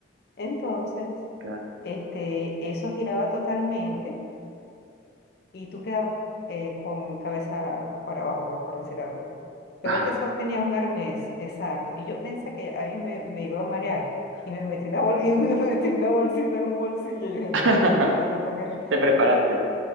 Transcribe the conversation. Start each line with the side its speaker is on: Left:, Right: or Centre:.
Left: Entonces,
Right: claro.
Left: este, eso giraba totalmente y tú quedabas eh, con cabeza para abajo, pues por decir algo. Pero
Right: Ah.
Left: te sostenía un arnés, exacto. Y yo pensé que a mí me, me iba a marear y me metí una bol- <laughs> y me metí una bolsita en un bolsillo. Y yo dije, no,
Right: <laughs>
Left: hermano, porque
Right: Te preparaste.